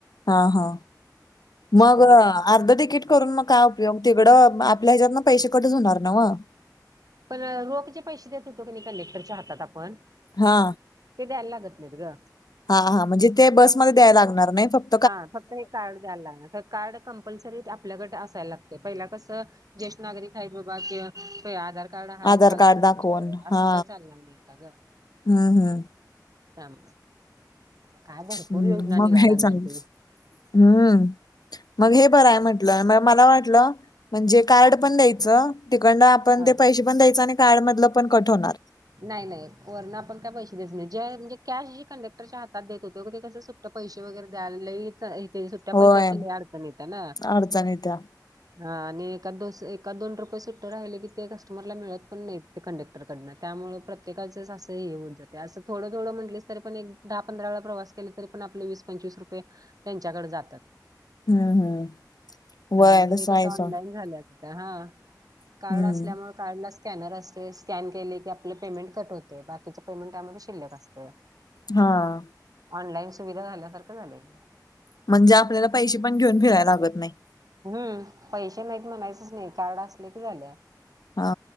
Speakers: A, on the left; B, on the right.
A: हा हा मग
B: पद्धतीत
A: अर्ध तिकीट करून मग काय उप योग, तिकडं आपल्या हेच्यातन पैशे कटच होणार नव्ह.
B: पण रोख जे पैशे देत होतो का नाय कन्डेंक्टरच्या हातात आपण
A: हा.
B: ते द्यायला लागत नाही ग.
A: हा हा म्हणजे ते बसमध्ये द्यायला लागणार नाही फक्
B: हा फक्त हे कार्ड द्यायला लागणार तर कार्ड कंपल्सरी आपल्याकडे असायला लागत. पहिला कसं ज्येष्ठ नागरिक हाय बाबा ते ते आधार कार्ड हाय
A: आधार
B: चालतय
A: कार्ड दाखवून
B: त्याच्यावर असं
A: हा
B: काय चालणार नाही आता ग.
A: हम्म हम्म
B: थांब, काय भरपूर
A: हम्म
B: योजना निघालागल्यात.
A: मग हे चांग हम्म. मग हे बराय म्हटलं म मला वाटलं म्हणजे कार्ड पण द्यायचं तिकडन आपण
B: हा
A: ते पैशे पण द्यायच आणि कार्ड मधलं पण कट होणार.
B: नाही नाही वरन आपण काय पैशे द्यायच नाही जे म्हणजे कॅश जी कंडक्टरच्या हातात देत होतो ते कस सु ट्ट पैशे वगैरे द्याय लय इथे सुट्टया
A: होय
B: पैशाची लय अडचण येत्या ना.
A: अडचण येत्या
B: हा आणि एखाद दोन एखाद दोन रुपये सुट्ट राहिल की ते कस्टमरला मिळत पण नाहीत ते कंडेक्टरकडनं त्यामुळ प्रत्येकाच हे असं होत जातय, असं थोडं थोडं म्हटलीस तरी पण एक दहा पंधरा वेळा प्रवास केल तरी पण आपल वीस पंचवीस रुपये त्यांच्याकडे जातात.
A: हम्म हम्म व्हय
B: त्यामुळे
A: तसं
B: हे कसं
A: आहेच
B: ऑनलाईन झाल्यात. हां
A: हम्म
B: कार्ड असल्यामुळे कार्डला स्कॅनर अस तय, स्कॅन केल की आपलं पेमेंट कट होतय बाकीचे पेमेंट यामध्ये शिल्लक असतय.
A: हा.
B: ऑनलाईन सुविधा झाल्यासारखं झालंय.
A: म्हणजे आपल्याला पैशे पण घेऊन फिरायला लागत नाही.
B: हम्म पैसे नाहीत म्हणायचच नाही कार्ड असले की झालं.
A: हा